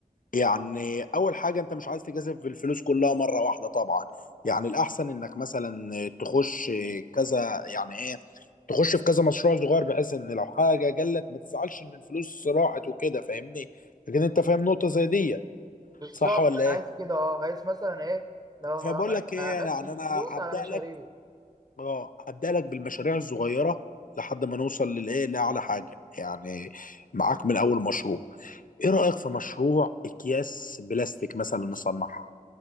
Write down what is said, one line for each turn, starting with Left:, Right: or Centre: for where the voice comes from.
Left: يعني اول حاجه انت مش عايز تجازف الفلوس كلها مره واحده طبعا يعني الاحسن انك مثلا تخش كذا يعني ايه تخش في كذا مشروع صغير بحيث ان لو حاجه جالك ما تزعلش ان الفلوس راحت وكده فاهمني لكن انت فاهم نقطه زي دي
Right: بالظبط
Left: صح ولا ايه
Right: أنا عايز كده أه عايز مثلا إيه لو ه-
Left: فبقول لك ايه
Right: هقسم
Left: يعني
Right: الفلوس
Left: انا هبدا
Right: على مشاريع
Left: لك اه هبدأ لك بالمشاريع الصغيرة لحد ما نوصل للايه لأعلى حاجة يعني معاك من أول مشروع ايه رأيك في مشروع أكياس بلاستيك مثلا نصنعها